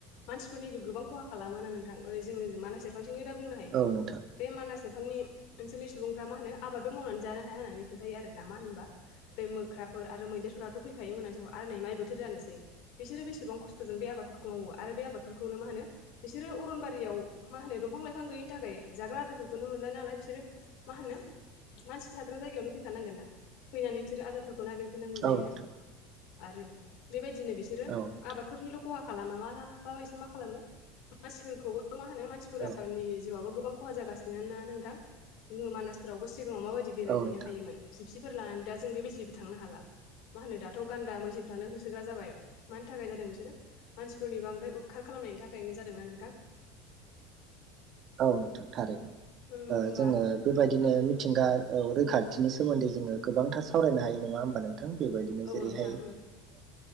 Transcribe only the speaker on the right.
औ नोंथां
औ नोंथां
औ नोंथां
औ
औ नोंथां
<inaudible> औ नोंथां थारै ओ
जोङो बेबायदिनो
मिथिंगा औ। रैखाथिनि सोमोन्दै जोङो गोबांथार सावरायनो हायो नङा होमबा नोंथां बेबायदिनो
जेरैहाय